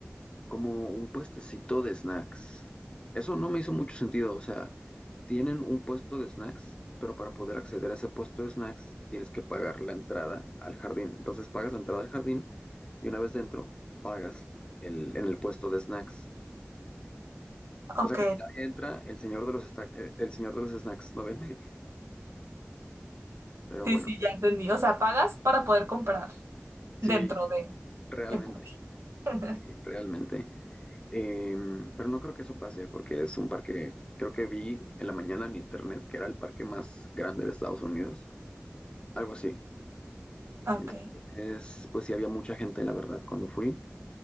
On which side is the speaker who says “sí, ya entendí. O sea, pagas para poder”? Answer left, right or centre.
Right